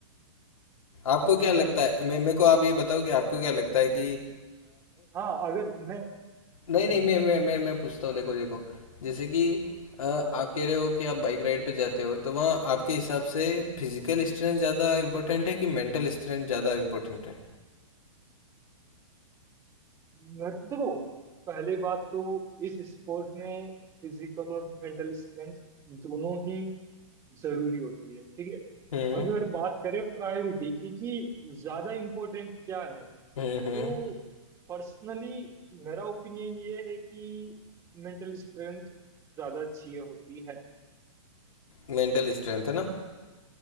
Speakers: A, on the left; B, on the right.
A: आपको
B: आपको
A: क्या लगता
B: क्या लगता
A: है
B: है
A: मे मेरे को आप ये बताओ कि आपको क्या लगता है कि
B: हाँ अगर मैं हम्म,
A: नहीं नहीं मैं मैं मैं मैं पूछता हूँ देखो देखो जैसे कि अ, आप
B: हाँ
A: कह रहे हो कि आप बाइक राइड पे जाते हो तो वहाँ आपके हिसाब से फिजिकल स्ट्रेंथ ज़्यादा इम्पोर्टेंट है कि मेंटल स्ट्रेंथ ज़्यादा इम्पोर्टेंट है
B: मेरे को देखो पहली बात तो इस स्पोर्ट में फिजिकल और मेंटल स्ट्रेंथ दोनों ही जरूरी होती है ठीक है
A: हम्म
B: अगर बात करें प्रायोरिटी की कि ज्यादा इम्पोर्टेंट क्या है
A: हम्म
B: तो
A: हम्म
B: पर्सनली मेरा ओपिनियन ये है कि मेंटल स्ट्रेंथ ज्यादा चाहिए होती है
A: मेंटल स्ट्रेंथ है ना